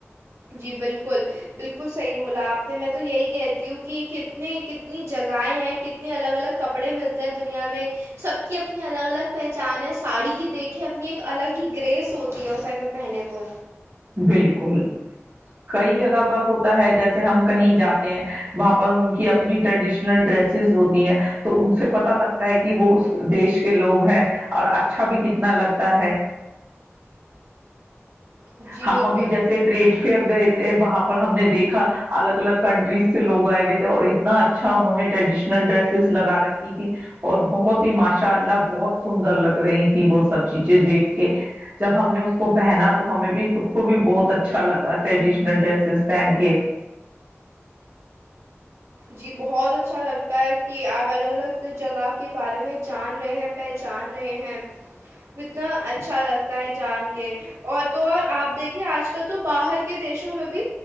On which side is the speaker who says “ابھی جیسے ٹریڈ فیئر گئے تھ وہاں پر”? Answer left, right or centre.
Right